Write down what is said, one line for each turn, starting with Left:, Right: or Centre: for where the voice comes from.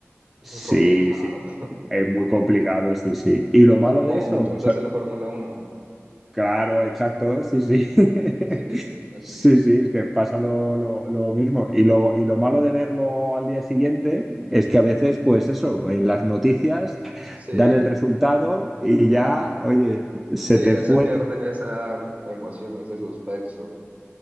Centre: Sí,
Right: <laughs> complicado.
Centre: sí. Es muy complicado, sí, sí. Y lo malo
Right: Como
Centre: de eso,
Right: muchas veces la Fórmula uno
Centre: Claro, exacto, sí, sí. <laughs>
Right: Sí, <laughs>
Centre: Sí, sí, es que pasa lo, lo- lo mismo. Y lo, y lo malo de verlo al día siguiente es que a veces, pues eso, en las noticias
Right: sí,
Centre: dan el resultado y ya,
Right: ah,
Centre: oye, se
Right: sí,
Centre: te
Right: ya
Centre: fue
Right: se pierde
Centre: todo.
Right: esa emoción, ese suspenso.